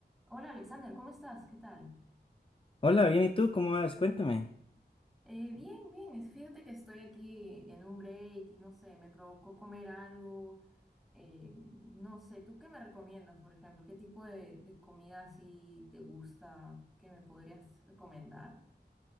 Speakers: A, in the centre; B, on the left.
A: Hola Alexander, ¿cómo estás? ¿Qué tal?
B: Hola, bien, ¿y tú cómo vas? Cuéntame.
A: Eh, bien, bien, es- fíjate que estoy aquí en un break y no sé, me provocó comer algo, eh, no sé, ¿tú qué me recomiendas, por ejemplo? ¿Qué tipo de, de comida así te gusta que me podrías recomendar?